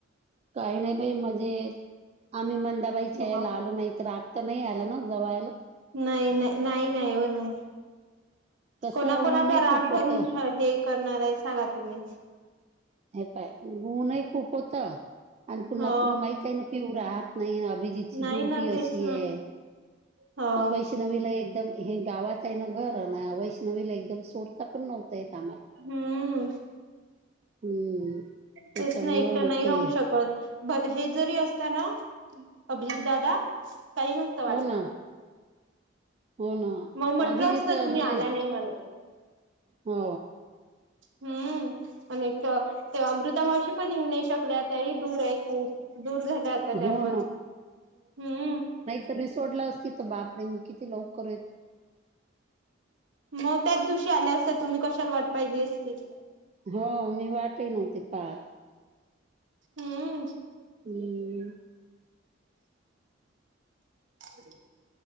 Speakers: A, on the right; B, on the right.
A: काही नाही बाई म्हणजे आम्ही मंद
B: हो
A: याला आलू नाही तर रागत नाही आला ना जवायला
B: नाही नाही नाही नाही हो नाही
A: कसं
B: कोणाकणाचा
A: ऊनही खूप
B: राग
A: होतं
B: धरून हे करणार आहे सांगा तुम्हीच
A: हे पाय ऊनही खूप होत आणि पुन्हा
B: हो
A: तुला माहित आहे न पिऊ राहत नाही अभिजीतची
B: नाही
A: ड्युटी
B: ना
A: अशी
B: तेच ना
A: आहे
B: हो.
A: आणि वैष्णवी वैष्णवीला एकदम हे गावात आहे ना घर ना वैष्णवीला एकदम सोडता पण नव्हत येत आम्हाला
B: हम्म
A: हम्म त्याच्यामुळं
B: तेच नाही एकटं
A: मग
B: नाही
A: ते
B: राहू शकत हे जरी असताना अभिजितदादा काही नसतं वाटलं
A: हो ना हो ना
B: मग म्हंटलं
A: अभी जेत
B: असतं तुम्ही
A: म्हणजे
B: आला नाही म्हणून
A: हो
B: हम्म आणि ते अमृता मावशी पण येऊ नाही शकल्याता ह दूर आहे खूप दूर झाल्या आता त्या
A: हो
B: पण हम्
A: रिसोर्ट ला असतील तर बाप ने मी किती लव करत
B: मग त्याच दिवशी आल्या असतात तुम्ही कशाला वाट पाहिली असती
A: हो मी वाटही नव्हती पाक
B: हम्म
A: हम्म
B: ह